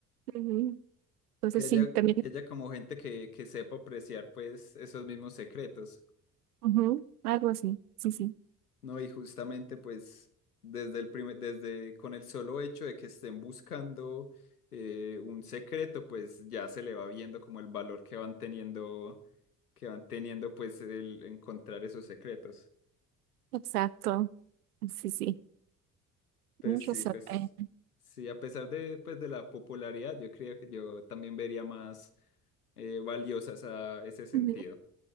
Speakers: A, on the right; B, on the left.
A: <laughs> Ujú. Entonces
B: Que haya,
A: sí, también,
B: que haya como gente que, que sepa apreciar pues esos mismos secretos.
A: ujú, algo así, sí, sí,
B: No, y justamente pues desde el primer, desde con el solo hecho de que estén buscando eh, un secreto, pues ya se le va viendo como el valor que van teniendo, que van teniendo pues el encontrar esos secretos.
A: exacto, sí, sí,
B: Entonces
A: tienes
B: sí,
A: razón.
B: pues
A: eh,
B: sí, a pesar de pues de la popularidad, yo creía que yo también vería más eh, valiosas a ese sentido.
A: ujú,